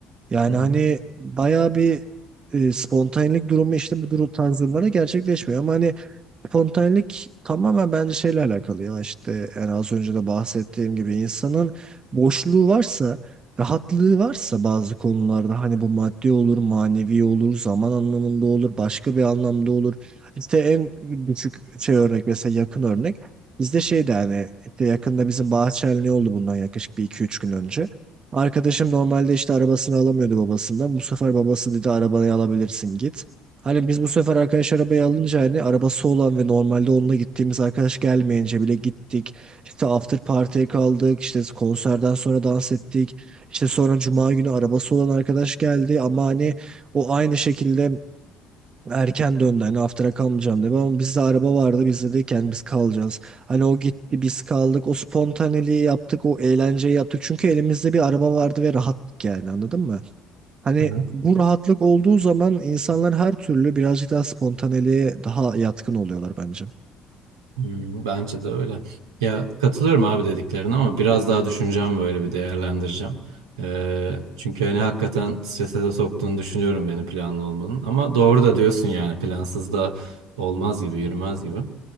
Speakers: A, on the right; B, on the right.
A: Yani
B: Hı hı.
A: hani bayağı bir e, spontanelik durumu işte bu durum tarz durumlarda gerçekleşmiyor. Ama hani Spontanelik tamamen bence şeyle alakalı ya işte en az önce de bahsettiğim gibi insanın boşluğu varsa rahatlığı varsa bazı konularda hani bu maddi olur manevi olur zaman anlamında olur başka bir anlamda olur İşte en küçük şey örnek mesela yakın örnek bizde şeydi hani işte yakında bizim bahçeli oldu bundan yaklaşık bir iki üç gün önce arkadaşım normalde işte arabasını alamıyordu babasından bu sefer babası dedi arabayı alabilirsin git Hani biz bu sefer arkadaş arabayı alınca hani arabası olan ve normalde onunla gittiğimiz arkadaş gelmeyince bile gittik. İşte after party'ye kaldık. işte konserden sonra dans ettik. İşte sonra cuma günü arabası olan arkadaş geldi ama hani o aynı şekilde erken döndü. Hani after'a kalmayacağım dedi ama bizde araba vardı. Biz dedik yani biz kalacağız. Hani o gitti biz kaldık. O spontaneliği yaptık. O eğlenceyi yaptık. Çünkü elimizde bir araba vardı ve rahattık yani anladın mı? Hani
B: Hı hı.
A: bu rahatlık olduğu zaman insanlar her türlü birazcık daha spontaneliğe daha yatkın oluyorlar bence.
B: Hmm, bence de öyle. Ya katılıyorum abi dediklerine ama biraz daha düşüneceğim böyle bir değerlendireceğim. Ee, çünkü hani hakikaten strese de soktuğunu düşünüyorum beni planlı olmanın. Ama doğru da diyorsun yani plansız da olmaz gibi yürümez gibi.